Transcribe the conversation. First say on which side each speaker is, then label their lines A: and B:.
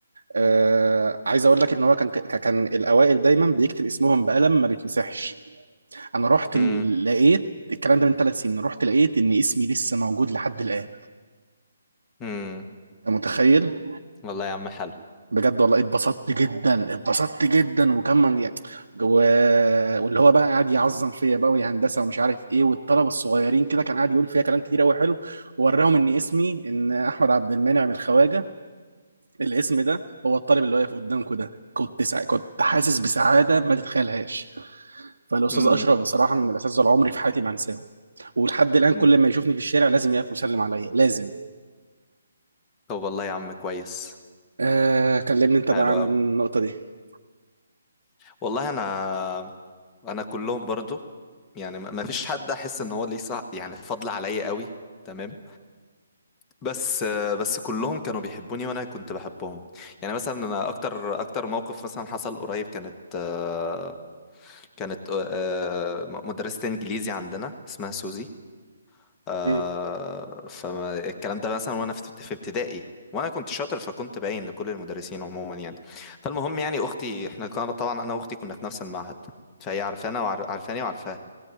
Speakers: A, on the right; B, on the left.
A: آه، عايز اقول لك ان هو كان ك- كان الاوائل دايما بيكتب اسمهم بقلم ما بيتمسحش انا رحت
B: امم
A: ل- لقيت الكلام ده من ثلاث سنين رحت لقيت ان اسمي لسه موجود لحد الان
B: امم
A: انت متخيل
B: والله يا عم حلو
A: بجد والله اتبسطت جدا اتبسطت جدا وكمان يعني و... واللي هو بقى قاعد يعظم فيا بقى ويا هندسه ومش عارف ايه والطلبه الصغيرين كده كان قاعد يقول فيها كلام كتير قوي حلو ووراهم ان اسمي ان احمد عبد المنعم من الخواجه الاسم ده هو الطالب اللي واقف قدامكم ده كنت سع... كنت حاسس بسعاده ما تتخيلهاش فالاستاذ
B: امم
A: اشرف بصراحه من الاساتذه اللي عمري في حياتي ما هنساهم ولحد الان كل
B: امم
A: ما يشوفني في الشارع لازم يقف ويسلم عليا لازم
B: طب والله يا عم كويس
A: آه... كلمني انت بقى
B: حلو
A: عن
B: قوي
A: النقطه دي
B: والله انا انا كلهم برضو يعني ما ما فيش حد احس ان هو ليه صح يعني فضل عليا قوي تمام بس بس كلهم كانوا بيحبوني وانا كنت بحبهم يعني مثلا انا اكتر اكتر موقف مثلا حصل قريب كانت آه، كانت آه، آه، مدرسة انجليزي عندنا اسمها سوزي آه
A: مم.
B: فالكلام ده مثلا وانا في في ابتدائي وانا كنت شاطر فكنت باين لكل المدرسين عموما يعني فالمهم يعني اختي احنا كنا طبعا انا واختي كنا في نفس المعهد فهي عارفانا وعارفاني وعارفاها